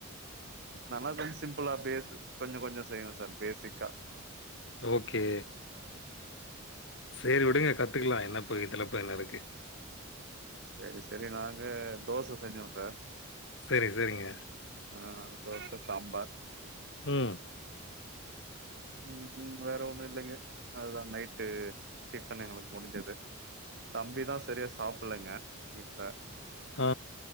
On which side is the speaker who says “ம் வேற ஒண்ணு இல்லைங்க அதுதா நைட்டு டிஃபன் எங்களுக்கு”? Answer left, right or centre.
Right